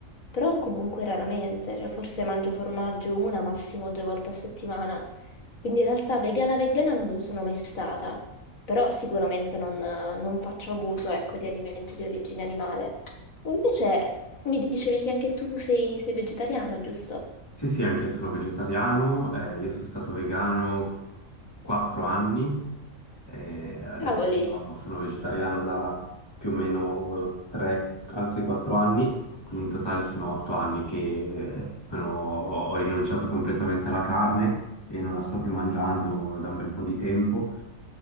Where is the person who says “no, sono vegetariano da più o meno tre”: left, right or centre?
Left